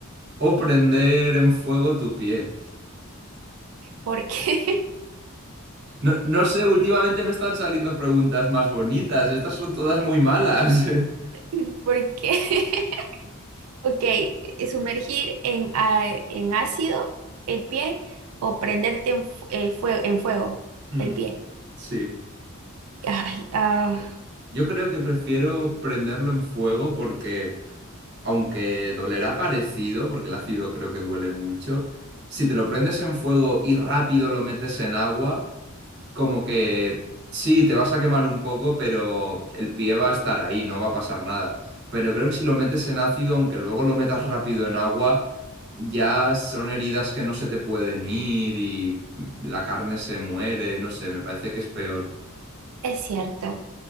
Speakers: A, on the right; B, on the right.
A: o prender en fuego tu pie.
B: ¿por qué?
A: No, no sé, últimamente me están saliendo preguntas más bonitas. Estas son todas muy malas. <laughs>
B: <laughs> ¿Por qué? <laughs> Ok, eh, sumergir en, a- en ácido el pie o prenderte en, fu- el fuego, en fuego
A: Hmm,
B: el pie.
A: Sí.
B: Ay, ah,
A: Yo creo que prefiero prenderlo en fuego porque, aunque dolerá parecido, porque el ácido creo que duele mucho, si te lo prendes en fuego y rápido lo metes en agua. como que sí, te vas a quemar un poco, pero el pie va a estar ahí, no va a pasar nada. Pero creo que si lo metes en ácido, aunque luego lo metas rápido en agua, ya son heridas que no se te pueden ir y la carne se muere, no sé, me parece que es peor.
B: Es cierto,